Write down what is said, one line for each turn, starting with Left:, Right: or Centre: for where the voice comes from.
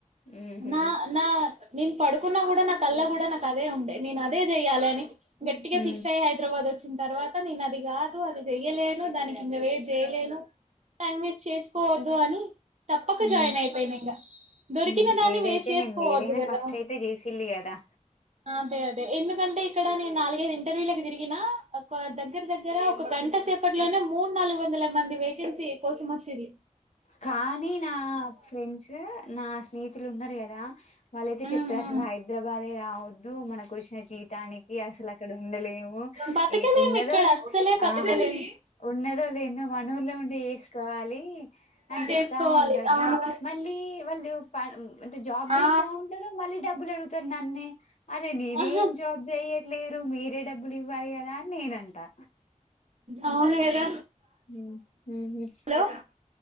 Left: ఉహు
Right: నా నా నేను పడుకున్నా కూడా నా కలలో కూడా నాకు అదే ఉండే నేను అదే చెయ్యాలని గట్టిగా
Left: ఉ
Right: ఫిక్స్ అయ్యి హైదరాబాద్ వచ్చి చ్చిన తర్వాత నేను అది కాదు అది చెయ్యలేను దానికింక వేట్ చేయలేను టైం వేస్ చేసుకోవద్దు అని తప్పక
Left: ఉ
Right: జాయిన్ అయిపోయినా ఇంగ దొరికిన
Left: ఉ
Right: దాన్ని
Left: ఏదైతే
Right: వేస్ట్ వేసుకోవద్దు
Left: నేను ఏదైనా
Right: కదా
Left: ఫస్ట్ అయితే చేసిల్లు కదా
Right: అదే అదే ఎందుకంట్ పే ఇక్కడ నేను నాలుగైదు ఇంటర్వ్యూలకు తిరిగిన ఒక దగ్గర దగ్గర ఒక గంట సేపు ప్పట్లోనే మూడు నాలుగు వందల మంది వేకెన్సీ ఎకో చేది
Left: కానీ నా ఫ్రెండ్స్ నా స్నేహితులు ఉన్నారు కదా వాళ్లయితే
Right: ఉమ్
Left: చెప్తారు అసలు
Right: ఉమ్
Left: హైదరాబాదే రా వద్దు మనకు వచ్చిన జీవితానికి అసలు అక్కడ ఉండలేము
Right: బతకలేం
Left: ఏ ఉన్నదో
Right: ఇక్కడ
Left: లే
Right: అస్సలే బతకలేం
Left: ఆ ఉన్నదో లెందో మన ఊళ్ల ఉండి చేసుకోవాలి అని చెప్తా
Right: చేసుకోవాలి
Left: ఉంటరు
Right: అవును
Left: మళ్ళీ వాళ్ళు పా అంటే జాబ్
Right: ఆ
Left: చేస్తా ఉంటారు మళ్ళీ డబ్బులు అడుగుతరు నన్నే అరే నేనే
Right: అవును
Left: ఏం జాబ్ చేయట్లేదు మీరే డబ్బులు ఇవ్వాలి కదా అని నేను అం టా
Right: అవును కదా
Left: ఉమ్, ఉహు.
Right: లో